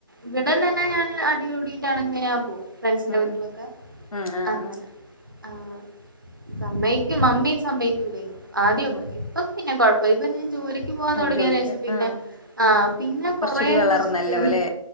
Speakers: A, on the right (about 40°); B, on the left (about 90°).
A: ഇവടന്നന്നെ ഞാന് അടികുടിട്ടാണെലും ഞാൻ പോവും ഫ്രണ്ട്സിൻ്റെ
B: ഉം
A: വീട്ടിലൊക്കെ
B: ഉം ആഹ് ആഹ്
A: അങ്ങനെ ആഹ് സമ്മയ്ക്കും മമ്മി സമ്മയ്ക്കുലേനു ആദ്യോക്കെ
B: ആഹ്
A: ഇപ്പോ പിന്നെ കൊഴപ്പ ഇപ്പ ഞാൻ ജോലി ക്ക്‌ പോവാൻ
B: ഉം
A: തൊടങ്ങിയെനേഷം
B: ജോലിക്ക്
A: പിന്നെ
B: ആഹ്
A: ആഹ് പിന്നെ
B: കൊറച്ചൂടി
A: കൊറെക്കെ
B: വളർന്നല്ലോ
A: ഫ്രീ
B: ല്ലേ